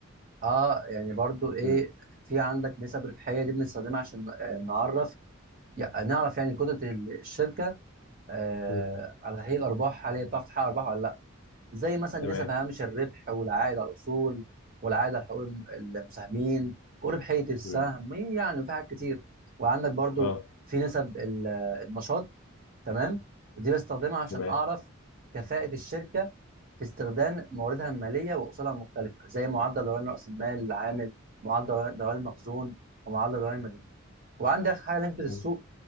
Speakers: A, on the right; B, on the left.
A: اه يعني برضو ايه
B: مم.
A: في عندك نسب ربحيه دي بنستخدمها عشان آه، نعرف يع- نعرف يعني قدره الشركه آه،
B: مم.
A: على تحليل الارباح هل هي بتعرف تحقق ارباح ولا لا زي مثلا
B: تمام
A: نسب هامش الربح والعائد على الاصول والعائد على حقوق المساهمين وربحيه السهم
B: مم.
A: يعني في حاجات كتير وعندك برضو
B: اه
A: في نسب ال- النشاط تمام دي بستخدمها عشان
B: تمام
A: اعرف كفاءه الشركه في استخدام مواردها الماليه واصولها المختلفه زي معدل دوران راس المال العامل معدل دوران دوران المخزون ومعدل دوران المدني وعندي اخر حاجه نسبه السوق
B: تمام